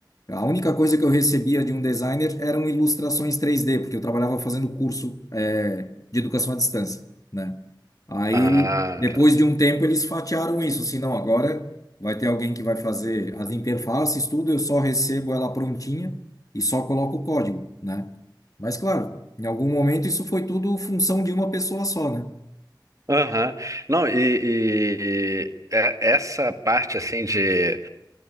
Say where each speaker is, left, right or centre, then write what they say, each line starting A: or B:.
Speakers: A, on the left; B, on the right.
A: A única coisa que eu recebia de um designer eram ilustrações 3D, porque eu trabalhava fazendo curso, é, de educação à distância. né? Aí,
B: Ah,
A: depois
B: tá.
A: de um tempo, eles fatiaram isso, assim, não, agora vai ter alguém que vai fazer as interfaces, tudo, eu só recebo ela prontinha e só coloco o código, né? Mas, claro, em algum momento isso foi tudo função de uma pessoa só, né?
B: Aham. Não, e, e- é- essa parte assim de